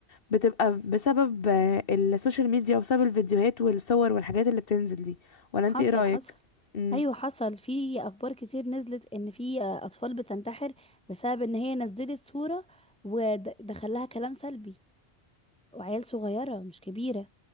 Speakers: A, on the left (about 55°); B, in the centre.
A: بتبقى بسبب آه، السوشيال ميديا وبسبب الفيديوهات والصور والحاجات اللي بتنزل دي ولا
B: فحصل
A: أنت إيه رأيك؟
B: حصل
A: امم
B: ايوه حصل في اخبار كتير نزلت ان في اطفال بتنتحر بسبب ان هي نزلت صورة ودخل لها كلام سلبي وعيال صغيرة مش كبيرة